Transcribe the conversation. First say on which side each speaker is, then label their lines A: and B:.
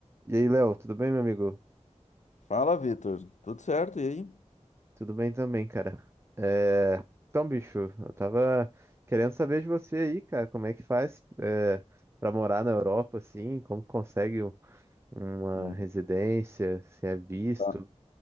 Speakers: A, on the right; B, on the left.
A: E aí, Léo, tudo bem, meu amigo?
B: Fala, Vitor. Tudo certo? E aí?
A: Tudo bem também, cara. É... Então, bicho, eu tava querendo saber de você aí, cara, como é que faz é... pra morar na Europa, assim, como consegue um- uma
B: Hum,
A: residência, se é visto.
B: Tá,